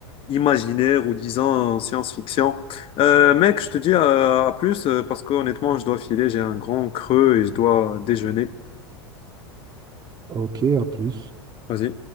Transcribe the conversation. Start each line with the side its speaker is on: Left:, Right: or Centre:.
Left: imaginaire ou disons euh, science-fiction. Euh, mec, je te dis euh, à plus euh, parce que honnêtement, je dois filer, j'ai un grand creux et je dois déjeuner.
Right: Ok, à plus.
Left: Vas-y.